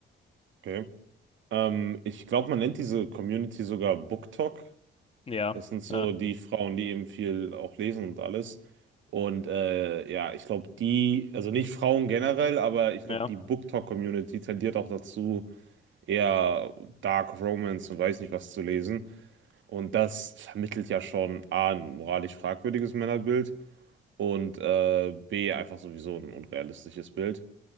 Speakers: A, on the right; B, on the left.
A: Okay. Ähm, ich glaube, man nennt diese Community sogar BookTok.
B: Ja,
A: Das sind so
B: ja,
A: die Frauen, die eben viel auch lesen und alles. Und äh, ja, ich glaube, die, also nicht Frauen generell, aber ich
B: ja,
A: glaube, die BookTok-Community tendiert auch dazu, eher Dark Romance und weiß nicht was zu lesen. Und das vermittelt ja schon A, ein moralisch fragwürdiges Männerbild und äh, B, einfach sowieso ein unrealistisches Bild.